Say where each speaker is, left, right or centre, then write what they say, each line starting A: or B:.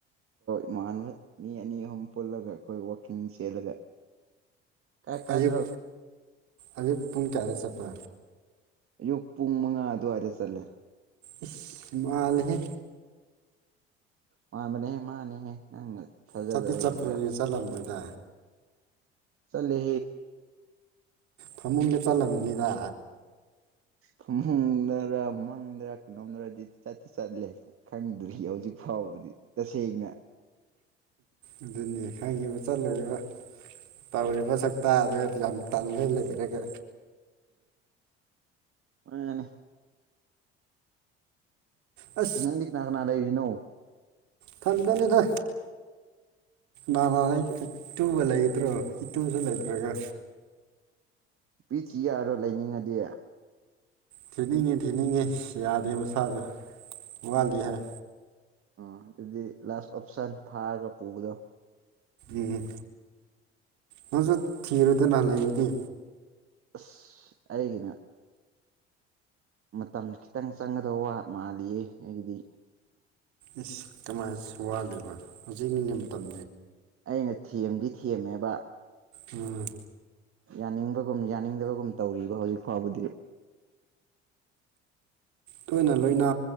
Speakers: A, on the right (about 45°); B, on the right (about 60°).
A: ꯏꯃꯅꯕ ꯃꯤ ꯑꯅꯤ ꯑꯍꯨꯝ ꯄꯨꯜꯂꯒ ꯑꯩꯈꯣꯏ ꯋꯥꯛꯀꯤꯡ ꯆꯦꯜꯂꯒ ꯀꯥꯏ ꯀꯥꯏꯗ꯭ꯔꯣ
B: ꯑꯌꯨꯛ ꯑꯌꯨꯛ ꯄꯨꯡ ꯀꯌꯥꯗ ꯆꯠꯄ
A: ꯑꯌꯨꯛ ꯄꯨꯡ ꯃꯉꯥ ꯑꯗꯨꯋꯥꯏꯗ ꯆꯠꯂꯦ
B: ꯏꯁ ꯃꯥꯜꯂꯦꯍꯦ
A: ꯃꯥꯃꯅꯦ ꯃꯥꯅꯦ ꯅꯪꯅ ꯊꯥꯖꯗꯕꯒꯤꯅꯤꯗ
B: ꯆꯠꯇꯤ ꯆꯠꯇꯄ꯭ꯔꯅꯤꯅ ꯆꯠꯂꯝꯕꯣꯏꯗ
A: ꯆꯠꯂꯦ
B: ꯐꯃꯨꯡ ꯂꯦꯞ ꯆꯜꯂꯝꯨꯅꯤꯗꯥ
A: ꯈꯃꯪꯗꯔ ꯃꯪꯗꯔ ꯀꯩꯅꯣꯝꯗ꯭ꯔ ꯑꯗꯨꯗꯤ ꯆꯠꯇꯦ ꯆꯠꯂꯦ ꯈꯪꯗ꯭ꯔꯤ ꯍꯧꯖꯤꯛ ꯐꯥꯎꯕꯗꯤ ꯇꯁꯦꯡꯅ
B: ꯑꯗꯨꯅꯦ ꯈꯪꯉꯦꯕ ꯆꯠꯂꯣꯏꯔ ꯇꯧꯔꯤꯕ ꯁꯛꯇꯥꯗꯨ ꯌꯥꯝ ꯇꯜꯂ ꯂꯩꯕꯤꯔꯒ
A: ꯑ ꯃꯥꯅꯦ
B: ꯑ
A: ꯅꯪꯗꯤ ꯀꯅꯥ ꯀꯅꯥ ꯂꯩꯔꯤꯅꯣ
B: ꯊꯟꯗꯅꯤꯗ ꯅꯃ ꯏꯇꯨꯒ ꯂꯩꯒꯗ꯭ꯔꯣ ꯏꯇꯨꯁꯨ ꯂꯩꯇ꯭ꯔꯒ
A: ꯄꯤ ꯊꯤ ꯌꯥꯔꯣ ꯂꯩꯅꯤꯡꯉꯗꯤ
B: ꯊꯤꯅꯤꯡꯉꯤ ꯊꯤꯅꯤꯡꯉꯤ ꯌꯥꯗꯦ ꯃꯁꯥꯗꯣ ꯋꯥꯠꯂꯤ ꯍꯥꯏ
A: ꯑ ꯑꯗꯨꯗꯤ ꯂꯥꯁ ꯑꯣꯞꯁꯟ ꯐꯥꯔꯒ ꯄꯨꯕꯗꯣ
B: ꯎꯝ ꯃꯁꯨ ꯊꯤꯔꯨꯗꯅ ꯂꯩꯔꯤꯗꯤ
A: ꯑꯁ ꯑꯩꯒꯤꯅꯦ ꯃꯇꯝ ꯈꯤꯇꯪ ꯆꯪꯒꯗ ꯋꯥ ꯃꯥꯜꯂꯤꯌꯦ ꯑꯩꯗꯤ
B: ꯏꯁ ꯀꯃꯥꯏꯅ ꯋꯥꯗꯣꯏꯕ ꯍꯧꯖꯤꯛ ꯅꯤꯡꯉ ꯃꯇꯝ
A: ꯑꯩꯅ ꯊꯤꯝꯗꯤ ꯊꯦꯝꯃꯦꯕ
B: ꯎꯝ
A: ꯌꯥꯅꯤꯡꯕꯒꯨꯝ ꯌꯥꯅꯤꯡꯗꯕꯒꯨꯝ ꯇꯧꯔꯤꯕ ꯍꯧꯖꯤꯛ ꯐꯥꯎꯕꯗꯤ
B: ꯇꯣꯏꯅ ꯂꯣꯏꯅꯥ